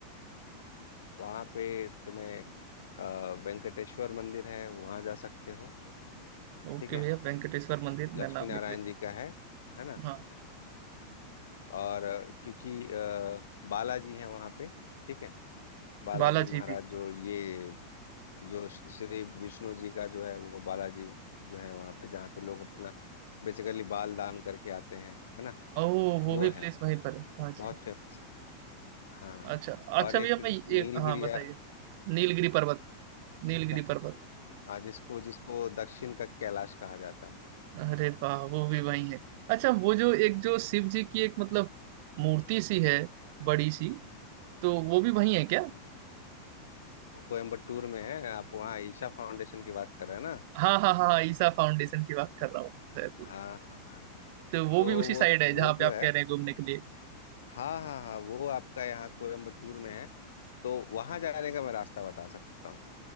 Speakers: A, on the left (about 65°); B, on the right (about 50°).
A: वहाँ पे तुम्हें अ, वेंकटेश्वर मंदिर है वहाँ जा सकते हो
B: ओके
A: ठीक है
B: भैया वेंकटेश्वर मंदिर
A: लक्ष्मी
B: मैं नाम
A: नारायण
B: लिख लेता
A: जी
B: हूँ
A: का है है ना
B: हाँ
A: और अ, क्योंकि अ, बालाजी है वहाँ पे ठीक है बालाजी
B: बालाजी
A: महाराज
B: भी
A: जो ये जो श्री विष्णु जी का जो है वो बालाजी जो है वहाँ पे जहाँ पे लोग अपना बेसिकली बाल दान करके आते हैं है ना
B: ओ वो
A: वो
B: भी
A: है
B: प्लेस वहीं पर है हाँ जी
A: बहुत फेमस है हाँ
B: अच्छा अच्छा
A: और एक
B: भैया
A: नीलगिरी
B: मैं ये हाँ बताइए
A: हाँ
B: नीलगिरी पर्वत नीलगिरी
A: क्या
B: पर्वत
A: हाँ जिसको जिसको दक्षिण का कैलाश कहा जाता है
B: अरे वाह वो भी वहीं है अच्छा वो जो एक जो शिव जी की एक मतलब मूर्ति सी है बड़ी सी तो वो भी वहीं है क्या
A: हाँ। वो कोयम्बटूर में है आप वहाँ ईशा फाउंडेशन की बात कर रहे हैं ना
B: हाँ हाँ हाँ हाँ, ईसा फाउंडेशन की बात कर रहा हूँ शायद।
A: हाँ हाँ हाँ हाँ
B: तो वो
A: तो
B: भी उसी
A: वो
B: साइड है जहाँ
A: वो जो
B: पे आप
A: है
B: कह रहे हैं घूमने के लिए
A: हाँ हाँ हाँ वो आपका यहाँ कोयम्बटूर में है तो वहाँ जाने का मैं रास्ता बता सकता हूँ